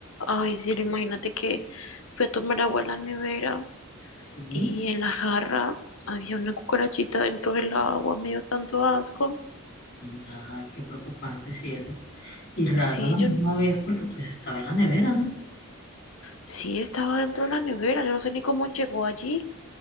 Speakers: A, on the left; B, on the left.
A: Ay, Ciro, imagínate que fui a tomar agua a la nevera
B: Sí,
A: y en la jarra había una cucarachita dentro del agua, me dio tanto asco.
B: nada, qué preocupante, cielo. Y raro
A: Sí,
B: a la misma
A: yo n-
B: vez porque pues estaba en la nevera, ¿no?
A: sí estaba dentro de la nevera, yo no sé ni cómo llegó allí.